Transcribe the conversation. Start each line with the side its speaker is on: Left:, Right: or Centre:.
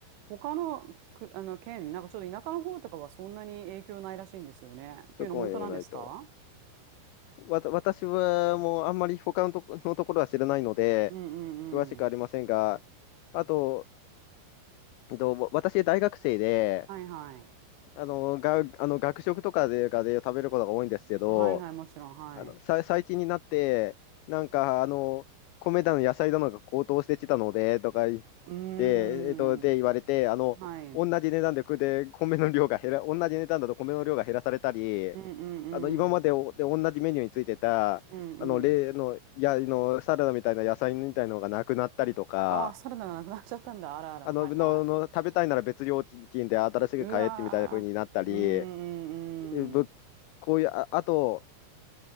Right: 他の、く、あの、県、なんかちょっと田舎の方とかはそんなに影響ないらしいんですよね。っていうの本当なんですか
Left: そこまでもないと。わた、私はもうあんまり他のとこ、のところは知らないので、
Right: うんうんうん。
Left: 詳しくありませんが、あと、えっとわ私大学生で、
Right: はいはい。
Left: あの、が、あの学食とかで、がで食べることが多いんですけど、
Right: はいはい、もちろん、はい。
Left: あの、さ、最近になって、なんか、あの、米だの野菜だのが高騰してきたので、とかい、
Right: うーん。
Left: で、えっと、で、言われて、あの、
Right: はい。うん
Left: 同じ値段で、で、米の量が減ら、同じ値段だと米の量が減らされたり、
Right: うんうん。
Left: あの、今までおで同じメニューについてた、
Right: うんうん。
Left: あの、例の、や、の、サラダみたいな野菜みたいなのがなくなったりとか、
Right: ああ、サラダがなくなっちゃったんだ。あらあら。
Left: あの、
Right: はいは
Left: の、の、食べたいなら別料金で新しく買えってみたいな風になったり、
Right: い。うわー。うーんうんうん。
Left: ぶこういう、あ、あと、